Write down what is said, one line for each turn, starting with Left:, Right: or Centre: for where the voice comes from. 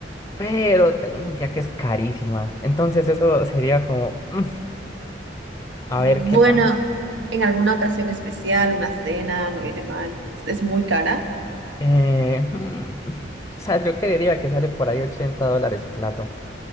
Left: pero tengo entendido que es carísima. Entonces eso sería como, mm, a
Right: Bueno,
Left: ver qué tal.
Right: en alguna ocasión especial, una cena, no viene mal, es muy cara.
Left: Eh, mm, o sea, yo creería que sale por ahí 80 dólares plato.